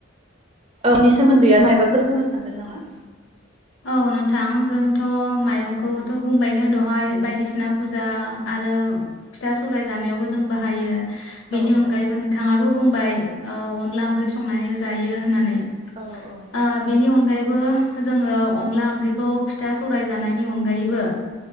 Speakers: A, on the right; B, on the left.
A: औनि सोमोन्दैया मायबा फोर बुंनो सानदों नामा?
B: औ नोंथां जोंथ' माइरंखौथ' बुंबायनो दहय बायदिसिना फुजा आरो फिथा सौराय जानायावबो जों बाहायो। बेनि
A: औ
B: अनगायैबो
A: औ
B: नोंथाङाबो बुंबाय ओ अनला ओंख्रि संनानै जायो होननानै
A: औ औ
B: ओ बेनि अनगायै बो जोङो अनला ओंख्रिखौ फिथा सौराय जानायनि अनगायैबो